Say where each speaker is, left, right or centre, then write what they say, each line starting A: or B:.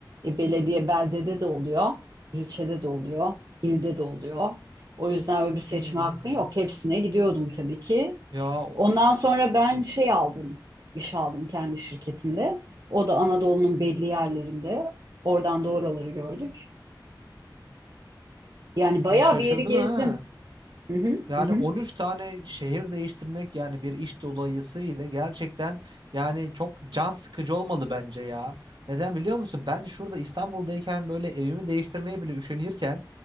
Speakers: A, on the right; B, on the right.
A: E, belediye beldede de oluyor, ilçede de oluyor, ilde de oluyor. O yüzden öyle bir seçme
B: Hmm.
A: hakkı yok. Hepsine gidiyordum tabii ki.
B: Ya, o-
A: Ondan sonra ben şey aldım, iş aldım kendi şirketimde. O da Anadolu'nun belli yerlerinde. Oradan da oraları gördük. Yani bayağı
B: ya şaşırdım
A: bir yeri gezdim.
B: ha.
A: Hı hı,
B: Yani
A: hı hı.
B: 13 tane şehir değiştirmek yani bir iş dolayısıyla gerçekten yani çok can sıkıcı olmalı bence ya. Neden biliyor musun? Ben şurada İstanbul'dayken böyle evimi değiştirmeye bile üşenirken